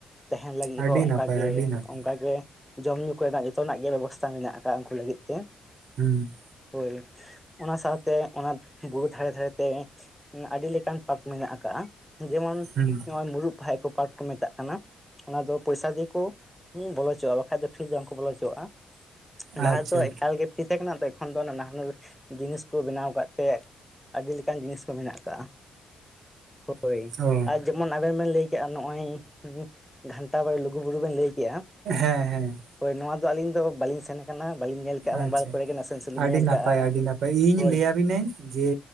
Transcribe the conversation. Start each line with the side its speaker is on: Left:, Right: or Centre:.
Centre: ᱛᱟᱦᱮᱱ ᱞᱟᱹᱜᱤᱫ
Right: ᱟᱹᱰᱤ
Centre: ᱦᱚᱸ ᱚᱱᱠᱟᱜᱮ
Right: ᱱᱟᱯᱟᱭ ᱟᱹᱰᱤ ᱱᱟᱯᱟᱭ
Centre: ᱚᱱᱠᱟᱜᱮ ᱡᱚᱢ ᱧᱩ ᱠᱚᱨᱮᱱᱟᱜ ᱡᱚᱛᱚᱱᱟᱜ ᱜᱮ ᱵᱮᱵᱚᱥᱛᱷᱟ ᱢᱮᱱᱟᱜ ᱟᱠᱟᱫ ᱩᱱᱠᱩ ᱞᱟᱹᱜᱤᱫ ᱛᱮ
Right: ᱦᱩᱸ
Centre: ᱦᱳᱭ ᱚᱱᱟ ᱥᱟᱶᱛᱮ ᱚᱱᱟᱵᱩᱨᱩ ᱫᱷᱟᱨᱮ ᱫᱷᱟᱨᱮᱛᱮ ᱟᱹᱰᱤ ᱞᱮᱠᱟᱱ ᱯᱟᱨᱠ ᱢᱮᱱᱟᱜ ᱟᱠᱟᱟᱜ ᱡᱮᱢᱚᱱ
Right: ᱦᱩᱸ
Centre: ᱱᱚᱜᱚᱭ ᱢᱩᱨᱩᱫ ᱯᱟᱦᱟᱭ ᱠᱚ ᱯᱟᱴ ᱠᱚ ᱢᱮᱛᱟᱜ ᱠᱟᱱᱟ ᱚᱱᱟ ᱫᱚ ᱯᱚᱭᱥᱟ ᱫᱤᱭᱮ ᱠᱚ ᱵᱚᱞᱚ ᱦᱚᱪᱚᱣᱟᱜᱼᱟ ᱵᱟᱝᱠᱷᱟᱡ ᱫᱚ ᱯᱷᱤᱨᱤ ᱛᱮ ᱫᱚ ᱵᱟᱝᱠᱚ ᱵᱚᱞᱚᱪᱚᱣᱟᱜᱼᱟ
Right: ᱟᱪᱪᱷᱟ
Centre: ᱞᱟᱦᱟ ᱫᱚ ᱮᱠᱟᱞᱜᱮ ᱯᱷᱨᱤ ᱛᱟᱦᱮᱸ ᱠᱟᱱᱟ ᱛᱚ ᱮᱠᱷᱚᱱ ᱫᱚ ᱱᱟᱦᱟᱱᱟᱹᱨ ᱡᱤᱱᱤᱥ ᱠᱚ ᱵᱮᱱᱟᱣ ᱟᱠᱟᱫ ᱛᱮ ᱟᱹᱰᱤ ᱞᱮᱠᱟᱱ ᱡᱤᱱᱤᱥ ᱠᱚ ᱢᱮᱱᱟᱜ ᱟᱠᱟᱟᱜᱼᱟ ᱦᱳᱭ
Right: ᱟᱪᱪᱷᱟ ᱚ
Centre: ᱟᱨ ᱡᱮᱢᱚᱱ ᱟᱵᱮᱱ ᱵᱮᱱ ᱞᱟᱹᱭ ᱠᱮᱜᱼᱟ ᱱᱚᱜ-ᱚᱭ ᱜᱷᱟᱱᱴᱟ ᱵᱟᱲᱮ ᱞᱩᱜᱩ ᱵᱩᱨᱩ ᱵᱮᱱ ᱞᱟᱹᱭ ᱠᱮᱜᱼᱟ
Right: ᱦᱮᱸ ᱦᱮᱸ
Centre: ᱦᱳᱭ ᱱᱚᱣᱟ ᱫᱚ ᱟᱹᱞᱤᱧ ᱫᱚ ᱵᱟᱞᱤᱧ ᱥᱮᱱ ᱟᱠᱟᱱᱟ ᱵᱟᱞᱤᱧ ᱧᱮᱞ ᱠᱟᱜᱼᱟ ᱢᱳᱵᱟᱭᱤᱞ
Right: ᱟᱪᱪᱷᱟ
Centre: ᱠᱚᱨᱮ ᱜᱮ ᱱᱟᱥᱮ ᱱᱟᱥᱮ ᱞᱤᱧ
Right: ᱟᱹᱰᱤ
Centre: ᱧᱮᱞ
Right: ᱱᱟᱯᱟᱭ
Centre: ᱠᱟᱜᱼᱟ
Right: ᱟᱹᱰᱤ ᱱᱟᱯᱟᱭ ᱤᱧ
Centre: ᱦᱳᱭ
Right: ᱞᱟᱹᱭᱟᱵᱤᱱᱟᱹᱧ ᱡᱮ